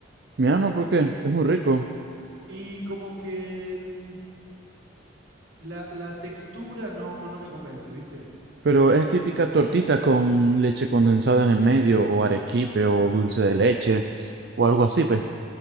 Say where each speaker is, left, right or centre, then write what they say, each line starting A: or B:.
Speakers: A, on the right; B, on the right.
A: mi alma, ¿por qué? Es muy rico.
B: Y como que el- la, la textura no, no me convence, ¿viste?
A: Pero es típica tortita con leche condensada en el medio, o arequipe, o dulce de leche, o algo así, pues.